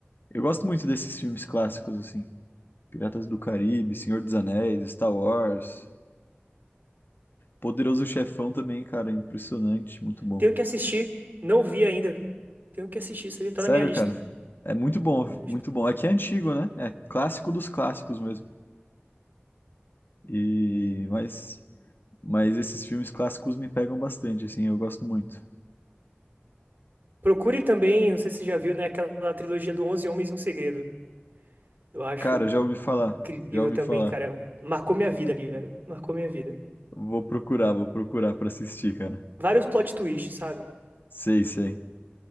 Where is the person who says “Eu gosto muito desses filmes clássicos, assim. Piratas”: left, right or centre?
Left